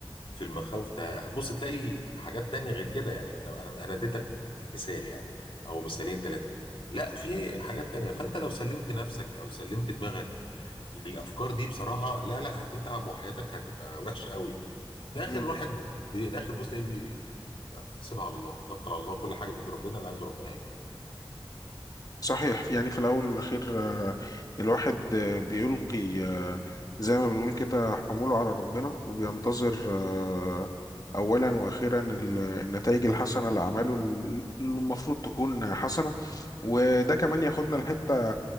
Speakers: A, on the left; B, on the left.
A: في المخاوف تا- هتبص تلاقي حاجات تانية غير كده يعني انا انا انا اديتك مثال يعني او مثالين ثلاثة لا في حاجات تانية فانت لو سلمت نفسك او سلمت دماغك للافكار دي بصراحة لا لا هتتعب وحياتك هتبقى وحشة قوي الاخر
B: مم.
A: واحد بي- الاخر بص ايه بي- سيبها على الله توكل على الله كل حاجة بايد ربنا اللي عايزه ربنا هيكون
B: صحيح يعني في الأول والأخير آه، الواحد آه، بيلقي آه، زي ما بنقول كده حموله على ربنا وبينتظر آه، أولا وأخيرا النتائج الحسنة لأعماله اللي المفروض تكون حسنة وده كمان ياخدنا لحتة